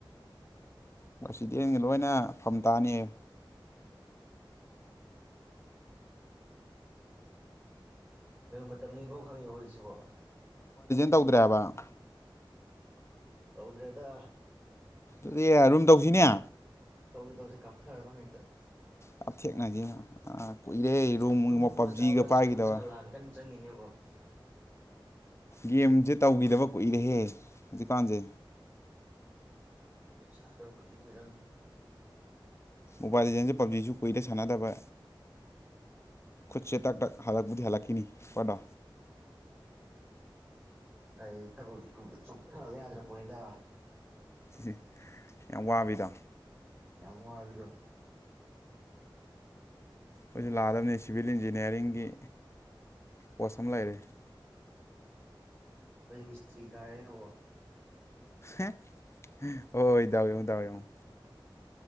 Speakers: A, on the left; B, on the right.
A: ꯄ꯭ꯔꯁꯤꯗꯦꯟꯒ ꯂꯣꯏꯅ ꯐꯝ ꯇꯥꯅꯤ ꯌꯣ꯫
B: ꯅꯪ ꯃꯇꯝ ꯂꯩꯕꯥꯎ ꯈꯪꯉꯛꯕꯣ ꯍꯧꯖꯤꯛꯁꯤꯕꯣ
A: ꯇꯧꯗ꯭ꯔꯦꯕ
B: ꯍꯧꯗ꯭ꯔꯦꯗ
A: ꯑꯗꯨꯗꯤ ꯔꯨꯝ ꯇꯧꯁꯤꯅꯦ
B: ꯇꯧꯁꯤꯦ ꯇꯧꯁꯤꯦ ꯀꯥꯄꯔꯦ ꯐꯔꯗꯧꯅꯦ ꯍꯦꯛꯇ
A: ꯀꯞꯊꯦꯡꯅꯁꯤ ꯀꯨꯏꯔꯦ
B: ꯍꯟꯗꯛꯁꯦ
A: ꯔꯨꯝ
B: ꯇꯨꯝꯕ
A: ꯄꯞꯖꯤꯒ
B: ꯆꯥꯕꯁꯤ
A: ꯄꯥꯏꯈꯤꯗꯕ
B: ꯈꯪꯗꯅ ꯂꯥꯟ ꯀꯟꯅ ꯆꯪꯉꯤꯅꯦꯕꯣ <inaudible>
A: ꯒꯦꯝꯁꯦ ꯇꯧꯈꯤꯗꯕ ꯀꯨꯏꯔꯦꯍꯦ ꯍꯧꯖꯤꯛꯀꯥꯟꯁꯦ
B: ꯑꯩ ꯁꯥꯅꯗꯕ ꯀꯨꯏꯗꯤ ꯀꯨꯏꯔꯝ
A: ꯃꯣꯕꯥꯏꯜ ꯂꯤꯖꯦꯟꯖꯨ ꯄꯕꯖꯤꯖꯨ ꯀꯨꯏꯔꯦ ꯁꯥꯟꯅꯗꯕ ꯈꯨꯠꯁꯦ ꯇꯛ ꯇꯛ ꯍꯜꯂꯛꯄꯨꯗꯤ ꯍꯜꯂꯛꯈꯤꯅꯤ ꯄꯣꯠꯇꯣ꯫
B: ꯑꯩ ꯊꯕꯛꯇꯤꯕ ꯆꯨꯝꯊꯂꯛ ꯌꯥꯗ꯭ꯔꯄꯅꯤꯗ
A: ꯁꯤ ꯌꯥꯝ ꯋꯥꯕꯤꯗ
B: ꯌꯥꯝ ꯋꯥꯕꯤꯔꯣ
A: ꯑꯩꯈꯣꯏꯁꯨ ꯂꯥꯛꯀꯗꯕꯅꯤ ꯁꯤꯚꯤꯜ ꯏꯟꯖꯤꯅꯤꯌꯥꯔꯤꯡꯒꯤ ꯄꯣꯁ ꯑꯃ ꯂꯩꯔꯦ
B: ꯑꯩꯈꯣꯏ ꯃꯤꯁꯇ꯭ꯔꯤ ꯀꯥꯥꯏꯔꯦꯅꯦꯕꯣ꯫
A: <unintelligible> ꯍꯣꯏ ꯍꯣꯏ ꯗꯥꯎ ꯌꯦꯡꯉꯣ ꯗꯥꯎ ꯌꯦꯡꯉꯣ꯫